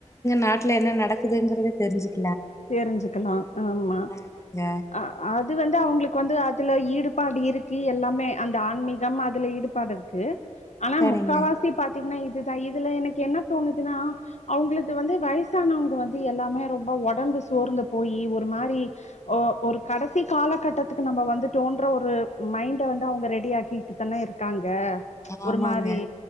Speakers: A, on the left; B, on the left.
A: நாட்ல என்ன நடக்குதுங்கிறத தெரிஞ்சுக்
B: தெரிஞ்சுக்கலா ஆமா
A: ஆமாங்க
B: அ அது வந்து அவங்ளுக்கு வந்து அதுல ஈடுபாடு இருக்கு எல்லாமே அந்த ஆன்மீகம் அதுல ஈடுபாடுருக்கு ஆனா
A: சரிங்க
B: முக்காவாசி பாத் தீங்கன்னா இதுதா இதுல எனக்கு என்ன தோணுதுன்னா அவங்களுக்கு வந்து வயசானவங்க வந்து எல்லாமே ரொம்ப ஒடம் ஒடம்பு சோர்ந்து போயி ஒரு மாரி ஒ ஒரு கடைசி காலகட்டத்துக்கு நம்ம வந்துட்டோன்ற ஒரு மைண்ட வந்து அவங்க ரெடி ஆக்கிட்டு தானே இருக்காங்க ஒரு
A: ஆமாங்க
B: மாரி